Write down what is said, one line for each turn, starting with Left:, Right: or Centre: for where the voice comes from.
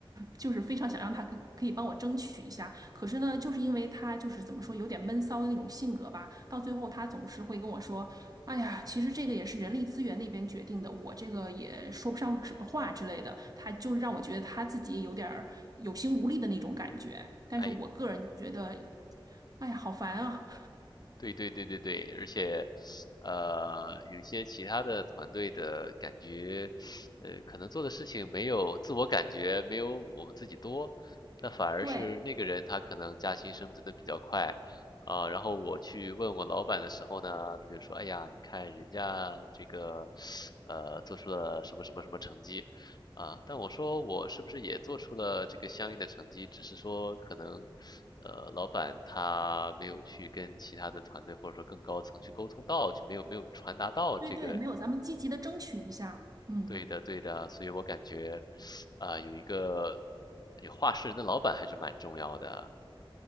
Right: 就是非常想让他可可以帮我争取一下，可是呢，就是因为他就是怎么说有点闷骚的那种性格吧，到最后他总是会跟我说：“哎呀，其实这个也是人力资源那边决定的，我这个也说不上什么话之类的。”他就是让我觉得他自己也有点儿有心无力的那种感觉，但是我个人就觉得，
Left: 哎。
Right: 哎呀，好烦啊！
Left: 对对对对对，而且，呃，有些其他的团队的感觉，呃，可能做的事情没有自我感觉没有我们自己多，但反而是那个人他可能加薪升职的比较快，
Right: 对
Left: 啊、然后我去问我老板的时候呢，他就说，哎呀，你看人家这个，呃，做出了什么什么什么成绩，啊，但我说我是不是也做出了这个相应的成绩，只是说可能，呃，老板他没有去跟其他的团队或者说更高层去沟通到，就没有没有传达到这个
Right: 对对，没有咱们积极的争取一下，嗯
Left: 对的对的，所以我感觉，啊、有一个有话事人的老板还是蛮重要的。